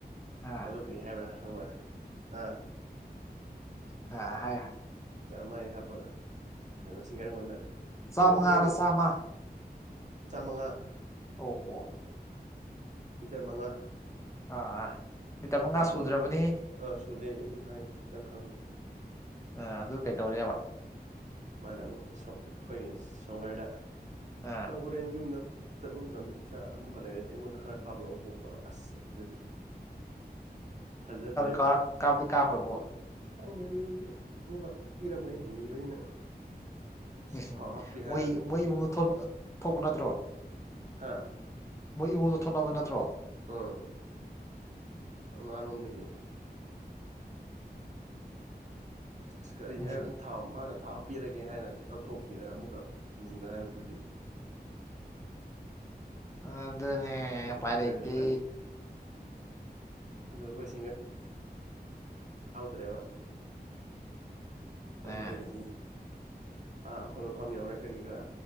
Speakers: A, on the left (about 15°); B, on the right (about 45°).
A: ꯑꯥ
B: ꯑꯗꯨ ꯀꯔꯤ ꯍꯥꯏꯕ꯭ꯔꯥ ꯈꯪꯕ꯭ꯔꯥ ꯑꯥ
A: ꯑ ꯍꯥꯏ
B: ꯆꯥꯝꯃ ꯍꯥꯞꯄꯒ ꯀꯩꯅꯣ ꯁꯤꯡꯒꯥꯔꯒꯣꯟꯗ
A: ꯆꯥꯝꯃꯉꯥꯔ
B: ꯅꯪ ꯍꯣꯔꯦꯟ ꯂꯩ
A: ꯆꯥꯝꯃ
B: ꯆꯥꯝꯃꯉꯥ
A: ꯑꯣ ꯑꯣ
B: ꯂꯤꯇꯔ ꯃꯉꯥ
A: ꯑꯥ ꯑꯥ ꯂꯤꯇꯔꯃꯉꯥ
B: ꯑꯗꯣ
A: ꯁꯨꯗ꯭ꯔꯕꯅꯤ
B: ꯑꯥ ꯁꯨꯗꯦ ꯑꯗꯨꯝ ꯍꯥꯏ ꯅꯪꯈꯪꯕ꯭ꯔ
A: ꯑ ꯑꯗꯨ ꯀꯩꯇꯧꯔꯦꯕ
B: ꯃꯥꯅ ꯑꯃꯨꯛ ꯑꯩꯈꯣꯏꯒꯤ ꯁꯪꯒꯔꯗ
A: ꯑꯥ
B: ꯐ꯭ꯔꯦꯟ ꯌꯨꯝꯗ ꯆꯠꯄ ꯃꯇꯝꯗ ꯄꯩꯁꯥ ꯑꯃꯨꯛꯀ ꯂꯩꯔꯗꯤ ꯑꯩꯉꯣꯟꯗ ꯈꯔ ꯀꯥꯞꯂꯛꯑꯣ ꯈꯣꯠꯄ ꯇꯧ ꯑꯁ ꯑꯗꯨꯗꯗꯤ ꯐꯖꯗ꯭ꯔꯦꯕ
A: ꯀꯥꯞ ꯀꯥꯞꯗꯤ ꯀꯥꯞꯈ꯭ꯔꯕꯣ
B: ꯈꯪꯗꯦ ꯑꯗꯨꯗꯤ ꯑꯃꯨꯛꯀꯛ ꯄꯤꯔꯛꯄꯅꯤ ꯅꯤꯕꯅꯤꯅ ꯏꯁ
A: ꯎꯝ
B: ꯊꯥꯎ
A: ꯎꯝ
B: ꯍꯥꯞꯀꯦ ꯍꯥꯏꯔꯒ
A: ꯃꯣꯏ ꯃꯣꯏ ꯏꯕꯨꯡꯗ ꯊꯣꯛꯄ ꯅꯠꯇ꯭ꯔꯣ
B: ꯍꯥ
A: ꯃꯣꯏ ꯏꯕꯣꯗ ꯊꯣꯛꯅꯕ ꯅꯠꯇ꯭ꯔꯣ
B: ꯑꯥ ꯃꯃꯥ ꯔꯣꯝꯗꯒꯤ ꯑ ꯀꯔꯤ
A: ꯎꯝ
B: ꯍꯥꯏꯕꯅ ꯊꯥꯎ ꯃꯥꯅ ꯊꯥꯎ ꯍꯥꯞꯄꯤꯔꯒꯦ ꯍꯥꯏꯅ ꯂꯧꯊꯣꯛꯄꯤꯔꯒ ꯑꯃꯨꯛꯀ ꯅꯤꯕ ꯍꯥꯏꯕꯗꯨꯗꯤ
A: ꯑꯗꯨꯗꯅꯦ
B: ꯀꯗꯥꯏꯗꯤ
A: ꯎꯄꯥꯏꯂꯩꯇꯦ
B: ꯑꯗꯨꯁꯨ ꯑꯗ ꯑꯩꯈꯣꯏ ꯁꯤꯡꯒ ꯌꯥꯎꯗ꯭ꯔꯦꯕ ꯑꯣꯗꯨꯗꯒꯗꯗꯤ
A: ꯑꯥ
B: ꯑꯥ ꯑꯩꯈꯣꯏ ꯃꯐꯝ ꯌꯥꯎꯔꯦ ꯀꯔꯤ ꯀꯔꯥ